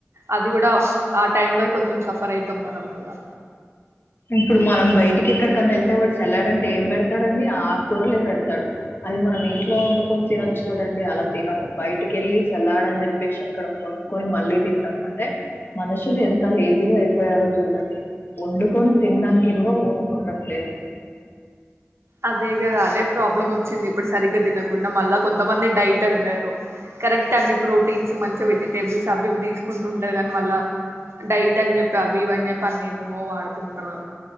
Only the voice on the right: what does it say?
అది కూడా ఆ టైమ్ లో కొంచం సఫర్ అయితం మనం కూడా
అదే కదా అదే ప్రాబ్లమ్ వచ్చింది ఇప్పుడు సరిగ్గా తినక్ కుడం వల్ల కొంతమంది డైట్ తంటారు కరెక్ట్ అన్ని ప్రోటీన్స్ మంచి వెజిటేబుల్స్ అవి ఇవి తీసుకుంటు ఉండాలే కానీ మళ్ళా డైట్ అని చెప్పి అవి ఇవి అని చెప్పి అన్ని ఎం ఏమో వాడుతుంటారు